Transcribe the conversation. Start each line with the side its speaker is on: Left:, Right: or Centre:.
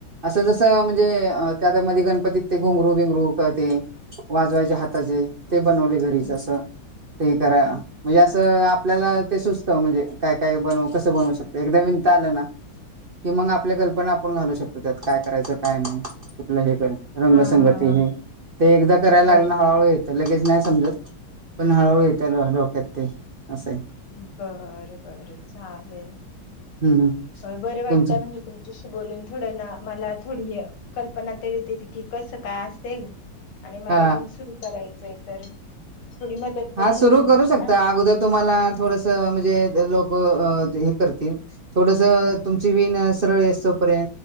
Right: असं जस म्हणजे
Left: हं
Right: त्या त्यामध्ये गणपतीत ते घुंगरू बिंगरू करते वाजवायचे हाताचे ते बनवले घरीच
Left: हं.
Right: असं ते करा
Left: अच्छा.
Right: म्हणजे असं आपल्याला ते सुस्त म्हणजे काय काय बनवू कसं बनवू शकत एकदा विनता आलं ना कि मग आपल्या कल्पना आपण घालू शकतो त्यात काय करायचं काय नाही कुठलं हे करायच रंगसंगती
Left: हां.
Right: हे ते एकदा करायला
Left: बरं.
Right: लागलं हळूहळू येतं लगेच नाही समजत पण हळूहळू येत डोक्यात ते असं
Left: बर बर चालेल
Right: हम्म
Left: हो बरे वाटत
Right: तुमचं
Left: म्हणजे तुमच्याशी बोलून थोडं ना मला थोडी कल् पण आता की कस काय असेल आणि मला
Right: हा
Left: पण सुरू करायचंय तर थोडी मदत पण
Right: हा
Left: होईल
Right: सुरू
Left: तुमची
Right: करू शकता
Left: ना.
Right: अगोदर तुम्हाला थोड म्हणे लोक कर थोड
Left: हम्म
Right: तुम वीणा येईस्तोवर